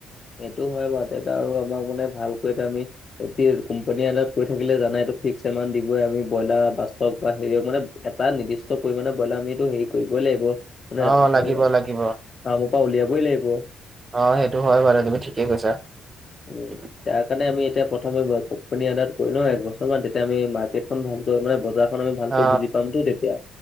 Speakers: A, on the left; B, on the right.
A: সেইটো হয়, বাৰু। তেতা আৰু আমাক মানে ভালকৈ এটা আমি এতিয়া কোম্পানী এটাত কৰি থাকিলে জানাই এইটো ফিক্স এমাউন্ট দিবই আমি ব্ৰইলাৰ পাঁচশ বা হেৰিয়ক মানে এটা নিৰ্দিষ্ট পৰিমাণে ব্ৰইলাৰ আমিতো হেৰি কৰিবই লাগিব। <unintelligible>
B: অ লাগিব
A: ফ্ৰামৰ
B: লাগিব
A: পৰা উলিয়াবই লাগিব।
B: অ', সেইটো হয়, বাৰু তুমি ঠিকেই কৈছা।
A: উম
B: উত উত <unintelligible>
A: তাৰ কাৰণে আমি এতিয়া প্ৰথমে ৱৰ্ক কোম্পানী এটাত কৰি লও একবছৰ মান তেতিয়া আমি মাৰ্কেটখন ভালকৈ মানে বজাৰ বজাৰখন আমি ভালকৈ
B: অ
A: বুজি পামটো তেতিয়া